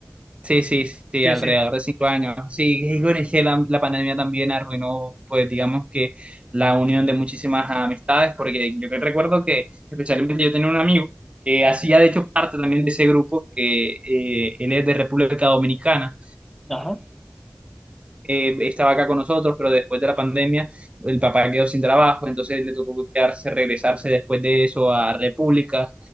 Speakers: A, on the right; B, in the centre.
A: Sí, sí, sí,
B: Sí,
A: alrededor
B: sí.
A: de cinco años. Sí, y bueno, es que la, la pandemia también arruinó, pues digamos que la unión de muchísimas amistades, porque yo que recuerdo que especialmente yo tenía un amigo que hacía de hecho parte también de ese grupo, que eh, él es de República Dominicana,
B: Ajá,
A: eh, estaba acá con nosotros, pero después de la pandemia el papá quedó sin trabajo, entonces le tocó quedarse, regresarse después de eso a República.